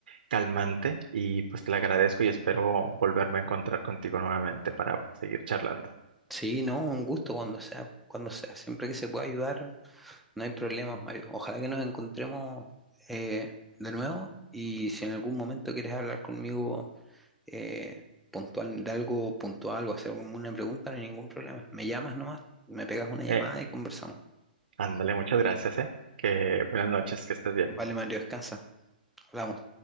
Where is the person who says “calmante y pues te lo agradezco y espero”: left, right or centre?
Right